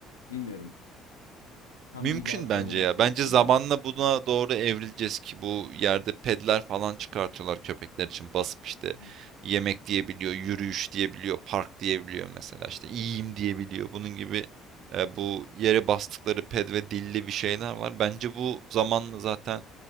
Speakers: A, on the left; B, on the right.
A: bilmiyorum. Tam
B: Mümkün
A: bir bağ kuramamıştım
B: bence ya. Bence
A: o kediyle.
B: zamanla buna doğru evrileceğiz ki bu yerde pedler falan çıkartıyorlar köpekler için basıp işte
A: Hı hı.
B: yemek diyebiliyor, yürüyüş diyebiliyor, park diyebiliyor mesela işte iyiyim diyebiliyor. Bunun gibi e, bu yere bastıkları ped ve dilli bir şeyler var. Bence bu zamanla zaten